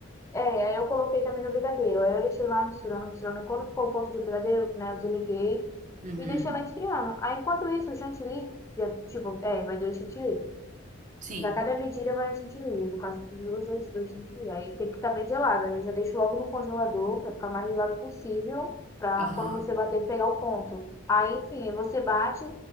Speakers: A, on the left; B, on the right.
A: É, aí eu coloquei também no brigadeiro. Aí eu deixei lá misturando, misturando. Quando ficou o ponto de brigadeiro, né, eu desliguei
B: Uhum.
A: e deixei lá esfriando. Aí enquanto isso, o chantilly, já, tipo, é, vai do chantilly.
B: Sim,
A: Pra cada medida vai um chantilly. No caso, eu fiz duas dois dois chantilly. Aí tem que estar bem gelado. Aí eu já deixo logo no congelador pra ficar mais gelado possível. Pra
B: aham.
A: quando você bater, pegar o ponto. Aí, enfim, você bate,